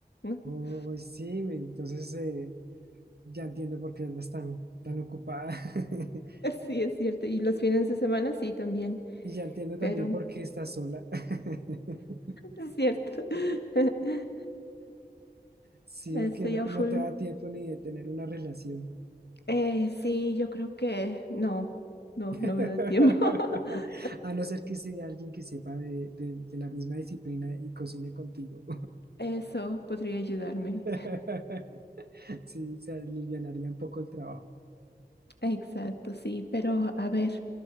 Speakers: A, on the left (about 75°); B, on the right (about 65°).
A: <laughs>
B: Uy, sí, me- entonces eh, ya entiendo por qué andas tan, tan ocupada. <laughs>
A: Sí, es cierto. Y los fines de semana sí también,
B: Y ya entiendo
A: pero...
B: también por qué estás sola. <laughs>
A: Es cierto. <laughs>
B: Sí,
A: Estoy
B: porque no,
A: a
B: no
A: full.
B: te da tiempo ni de tener una relación.
A: Eh, sí, yo creo que no, no,
B: <laughs>
A: no me da tiempo. <laughs>
B: A no ser que sea alguien que sepa de, de- de la misma disciplina y cocine contigo.
A: Eso podría ayudarme.
B: <laughs> Sí, se alivianaría un poco el trabajo.
A: Exacto, sí, pero a ver,